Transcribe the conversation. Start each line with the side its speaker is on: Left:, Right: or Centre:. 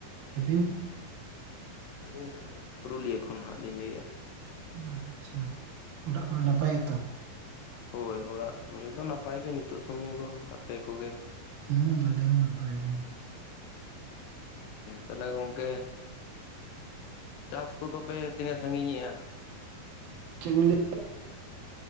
Right: ᱟᱹᱵᱤᱱ?
Left: ᱟᱹᱞᱤᱧ ᱫᱚ ᱯᱩᱨᱩᱞᱤᱭᱟᱹ ᱠᱷᱚᱱ ᱱᱷᱟᱜ ᱞᱤᱧ ᱞᱟᱹᱭᱮᱫᱼᱟ᱾
Right: ᱟᱪᱪᱷᱟ, ᱚᱲᱟᱜ ᱠᱚᱨᱮ ᱱᱟᱯᱟᱭ ᱜᱮᱛᱚ?
Left: ᱦᱳᱭ, ᱚᱲᱟᱜ ᱠᱚᱨᱮ ᱫᱚ ᱱᱟᱯᱟᱭ ᱜᱮ, ᱱᱤᱛᱳᱜ ᱥᱩᱢᱩᱝ ᱫᱚ ᱟᱯᱮ ᱠᱚᱜᱮ?
Right: ᱦᱩᱸ ᱱᱚᱰᱮ ᱦᱚᱸ ᱱᱟᱯᱟᱭ ᱜᱮ᱾
Left: ᱛᱟᱦᱞᱮ ᱜᱚᱝᱠᱮ, ᱪᱟᱥ ᱠᱚᱫᱚ ᱯᱮ ᱛᱤᱱᱟᱹᱜ ᱥᱟᱹᱜᱤᱧᱮᱜᱼᱟ?
Right: ᱪᱮᱫ ᱵᱤᱱ ᱞᱟᱹ